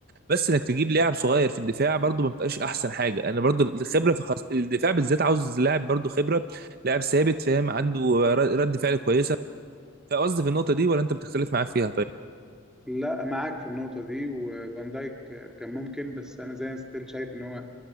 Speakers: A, on the right (about 45°); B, in the centre.
A: بس انك تجيب لاعب صغير في الدفاع برضو ما بتبقاش احسن حاجه انا برضو الخبره في خص... الدفاع بالذات عاوز لاعب برضو خبره لاعب ثابت فاهم عنده ر- رد فعل كويسه فقصدي في النقطه دي ولا انت بتختلف معايا فيها طيب
B: لا معاك في النقطة دي وفان دايك كان ممكن بس أنا زي ستيل شايف إن هو